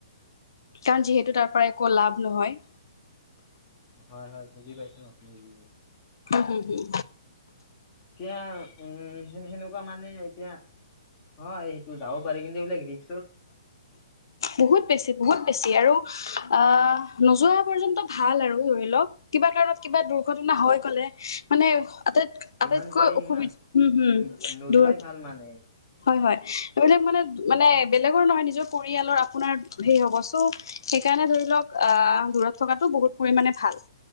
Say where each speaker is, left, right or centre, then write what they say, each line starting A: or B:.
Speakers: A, on the left; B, on the left.
A: কাৰণ যিহেতু তাৰ পৰা একো লাভ নহয়।
B: হয় হয় বুজি পাইছ আপুনি বুজ পাইছে।
A: উম হুম হুম।
B: এতিয়া উম সে সেনেকুৱা মানে এতিয়া হয় সেইটো যাব পাৰে কিন্তু এইবিলাক হেৰিক।
A: বহুত বেছি বহুত বেছি আৰু আহ। নোযোৱা পৰ্যন্ত ভাল আৰু ধৰি লওক কিবা কাৰণত কিবা দুৰ্ঘটনা হৈ গলে। মানে আটাইত
B: যিমান
A: আটাইতকৈ
B: পাৰি
A: অসুবিধা
B: সিমান
A: উম হম
B: ন- নোযোৱাই
A: দূৰত।
B: ভাল মানে
A: হয় হয় এইবিলাক মানে মানে। বেলেগৰ নহয় নিজৰ পৰিয়ালৰ আপোনাৰ হেই হব চ' সেইকাৰণে ধৰি লওক আহ দূৰত থকাতো। বহুত পৰিমাণে ভাল।